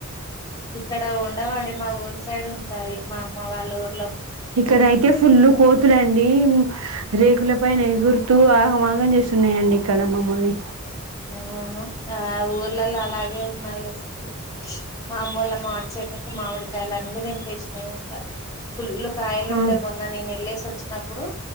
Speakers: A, on the left (about 15°); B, on the right (about 80°).
A: ఇక్కడ ఉండవండి మా ఊరు సైడ్ ఉంటాయి మా అమ్మ వాళ్ళ ఊర్
B: ఇక్కడ అయితే ఫుల్లు కోతులండి రేకుల పైన ఎ గురుతూ ఆగం ఆగం చేస్తున్నాయండి ఇక్కడ మమ్మల్ని
A: అవును ఆ ఊర్లలో అలాగే ఉన్నాయి అసలుకి మాఅమ్మోళ్ళ మామిడి చెట్టు కు మామిడికాయలు అన్నీ తెంపేసినియంట పుల్లు కాయలు ఉండే
B: ఆ
A: మొన్నా నేను ఎళ్లేేసి వచ్చినా ఇప్పుడు